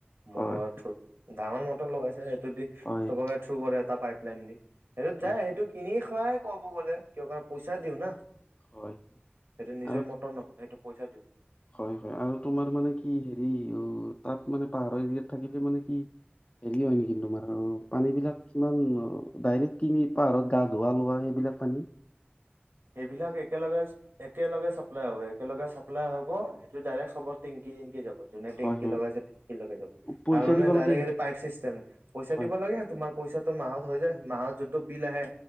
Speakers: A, on the right; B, on the left.
A: মটৰ
B: হয়,
A: ডাঙৰ মটৰ লগাইছেনে। যদি
B: হয়।
A: চবাকে থ্ৰু কৰে। পাইপ লাইন দি এটোত
B: হয়,
A: যাই। <unintelligible> ক'ব গ'লে। কিয় কাৰণ পইচা দিওঁ না সেইটো
B: হয়
A: নিজৰ
B: আৰু
A: মতৰ নহয় সেইটো পইচা দিও।
B: হয় হয় আৰু তোমাৰ মানে কি হেৰি তাত মানে পাহাৰৰ এৰিয়াত থাকিলে মানে কি হেৰি হয় নেকি তোমাৰ পানীবিলাক কিমান ডাইৰেক্ট কিনি পাহাৰত গা ধোৱা লোৱা সেইবিলাক পানী
A: সেইবিলাক একেলগে একেলগে চাপ্লাই হব একেলগে চাপ্লাই হব। ডাইৰেক্ চবৰ টেংকি টেংকি যাব, যোনে টেংকি
B: হয়, হয়
A: লগাইছেটেংকি লৈকে যাব
B: পইচা
A: তাৰমানে
B: দিব
A: ডাইৰেক্ট
B: লাগে?
A: পাইপ চিষ্টেম পইচা
B: হয়,
A: দিব লাগে তোমাৰ পইচাটো মাহত হৈ যায় মাহত যোনটো বিল আহে